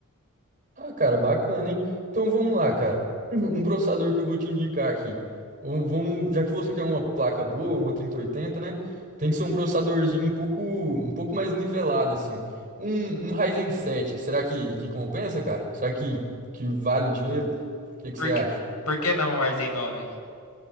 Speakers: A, on the right; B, on the left.
A: Ah, cara, bacana, hein? Então vamos lá, cara. Um um processador que eu vou te indicar aqui. Um- Vamos, já que você quer uma placa boa, uma 3080, né? Tem que ser um processadorzinho um pouco, um pouco mais nivelado, assim. Um, um Ryzen 7, será que, que compensa, cara? Será que, que vale o dinheiro? O que que
B: Por
A: você acha?
B: que, por que não o Ryzen 9?